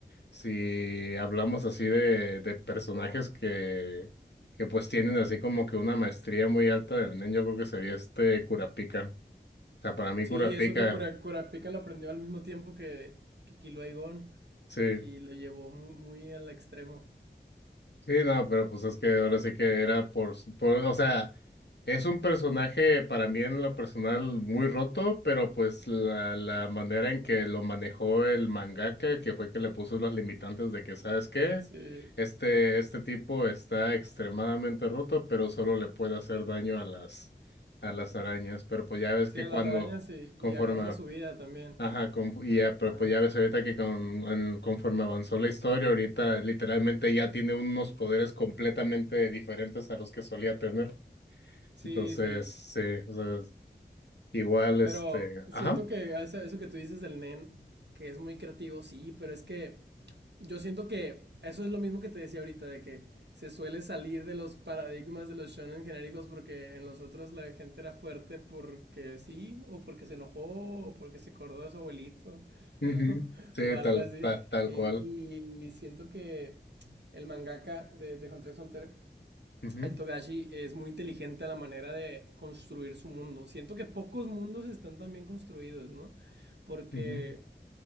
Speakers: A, on the left; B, on the right.
A: si hablamos así de, de personajes que, que pues tienen así como que una maestría muy alta del nen, yo creo que sería este Kurapika. O sea, para mí
B: sí,
A: Kurapika,
B: eso que por Kurapika lo aprendió al mismo tiempo que, que Kilo Aigon
A: sí.
B: y lo llevó muy, muy al extremo.
A: Sí, no, pero pues es que ahora sí que era por, su- por- o sea, es un personaje para mí en lo personal muy roto, pero pues la, la manera en que lo manejó el mangaka, que fue que le puso los limitantes de que, ¿sabes qué?
B: Sí,
A: Este, este tipo está extremadamente roto, pero solo le puede hacer daño a las, a las arañas. Pero pues ya ves
B: sí,
A: que
B: a
A: cuando,
B: las arañas sí,
A: conforme,
B: y acorde a su vida también.
A: Ajá, con- y ya, pero
B: Ajá.
A: pues ya ves ahorita que con, en- conforme avanzó la historia, ahorita literalmente ya tiene unos poderes completamente diferentes a los que solía tener.
B: Sí,
A: Entonces,
B: sí.
A: sí, o sea, es- igual este,
B: Pero siento
A: ajá,
B: que eso eso que tú dices del nen, que es muy creativo, sí, pero es que yo siento que eso es lo mismo que te decía ahorita, de que se suele salir de los paradigmas de los shonen genéricos porque en los otros la gente era fuerte porque sí, o porque se enojó, o porque se acordó de su abuelito,
A: ujú,
B: <laughs>
A: Sí,
B: o algo
A: tal,
B: así.
A: ta- tal,
B: Y,
A: cual.
B: y siento que el mangaka de, de Hunter x Hunter
A: ujú,
B: el Togashi es muy inteligente a la manera de construir su mundo. Siento que pocos mundos están tan bien construidos, ¿no? Porque
A: ujú,